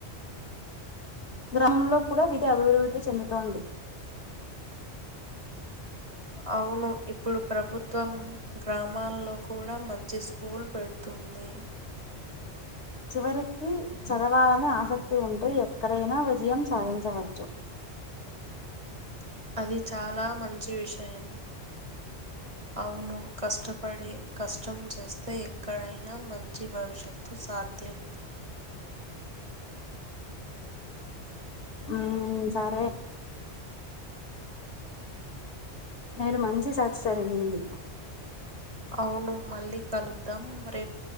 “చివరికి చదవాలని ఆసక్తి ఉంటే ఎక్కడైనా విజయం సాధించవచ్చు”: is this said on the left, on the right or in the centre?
Left